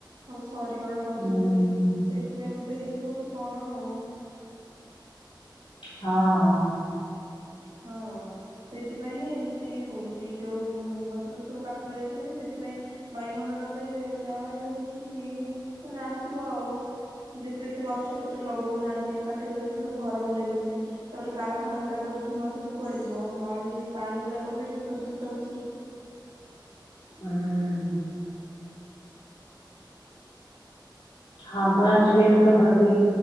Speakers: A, on the right; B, on the left.
A: ସବୁ ସହରୀକରଣ କରିଦଉଛନ୍ତି
B: ହୁଁ।
A: ସେଇଥିପାଇଁ ବୋଧେ ହେଇଥିବ କି କଣ ଆଉ?
B: ହଁ
A: ହଁ ସେଥିପାଇଁ ଏମିତି ହଉଛି ଯୋଉ ଉ ଗଛ ପତ୍ର ସବୁ କାଟି ଗୁଡା ଦେଇଛନ୍ତି ସେଥିପାଇଁ ବାୟୁମଣ୍ଡଳରେ ଯାହା ହେଲେ କିଛି ମାନେ ଆସିବ ଆଉ ଯେହେତୁ ଏତେ ଗଛ ପତ୍ର ଲଗଉନାହାନ୍ତି କାଟି କୁଡା ଦଉଛନ୍ତି ସବୁ ଘର ବନେଇ ଦଉଛନ୍ତି ତାପରେ କାର ଖାନା ଗୁଡାକର ଧୂଆଁ ସବୁ କୁଆଡେ ଯିବ ନଳି ପାଣି ଗୁଡାକ ବି ପ୍ରଦୂଷିତ ହଉଛି।
B: ହୁଁ ହଁ ବା ଆଜି
A: ଆଉ
B: କାଲି ତ ଭାରି